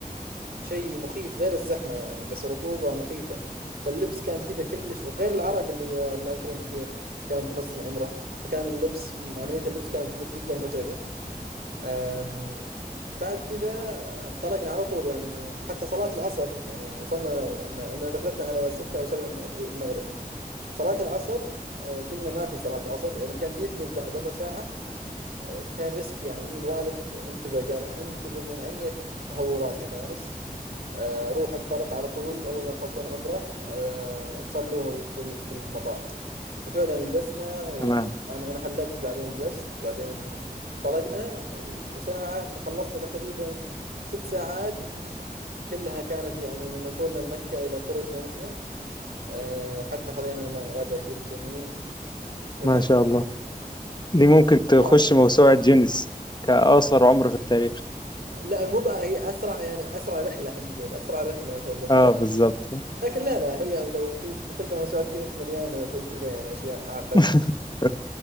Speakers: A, on the right; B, on the left.
A: شيء مخيف غير الزحمة يعني بس رطوبة مخيفة فاللبس كان كذا كلش غير العرق اللي الله يكرمك كان في نص العمرة فكان اللبس عملية اللبس كانت مت- جدا متعبة أم، بعد كذا انطلقنا على طول يعني حتى صلاة العصر يعني وصلنا أنا أنا رحلتنا على ستة أو سبعة الم- المغرب صلاة العصر أه، قلنا ما في صلاة العصر يعني كان بيذن بعد ربع ساعة كان ريسك يعني الوالد انتبه قال انتبه من أي تهورات يا فارس آه، روح انطلق على طول أول ما تخلصون عمره آه، تصلوا في ال- في المطار وفعلا لبسنا وأنا
B: تمام
A: أنا حلقت بعدين لبست بعدين انطلقنا وساعة فخلصنا تقريبا ست ساعات آه، كلها كانت يعني من وصولنا لمكة إلى خروجنا منها آه، حتى خذينا لنا غدا كذا جميل والحمد
B: ما شاء الله دي ممكن تخش
A: لله
B: موسوعة جينيس كأقصر عمر في التاريخ
A: لا مو بقى هي اسرع يعني اسرع رحله خلينا نقول اسرع رحله في البتاع.
B: آه بالظبط
A: لكن لا لا هي يعني لو في بتلقى موسوعات جينيت مليانه زي كذا يعني اشياء اعقد
B: <laughs>